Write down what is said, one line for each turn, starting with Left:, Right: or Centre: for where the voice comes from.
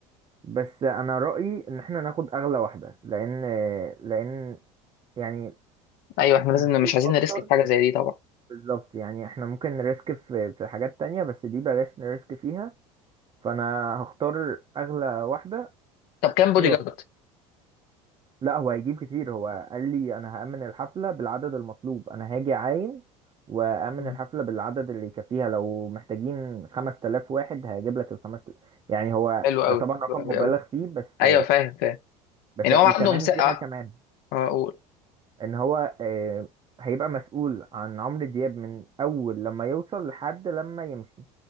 Right: بس انا رايي ان احنا ناخد اغلى واحده لان لان يعني
Left: ايوه احنا لازم
Right: مشهور
Left: مش عايزين
Right: اكتر
Left: نريسك في حاجة زي دي طبعا
Right: بالظبط يعني احنا ممكن نريسك في في حاجات تانية بس دي بلاش نريسك فيها فانا هختار اغلى واحده
Left: طب كام
Right: احتياطي
Left: بودي جارد
Right: لا هو هيجيب كتير هو قال لي انا هأمن الحفله بالعدد المطلوب انا هاجي عايم وأأمن
Left: مم.
Right: الحفلة بالعدد اللي يكفيها لو محتاجين 5000 واحد هيجيب لك ال 5000 يعني هو
Left: حلو قوي
Right: طبعا رقم
Left: حلو قوي
Right: مبالغ
Left: قوي
Right: فيه بس
Left: ايوه فاهم فاهم
Right: بس
Left: يعني هو
Right: وكمان
Left: عنده مساحة
Right: في حاجة كمان
Left: اه آه، قول
Right: ان هو آه، هيبقى مسؤول عن عمرو دياب من اول لما يوصل لحد لما يمشي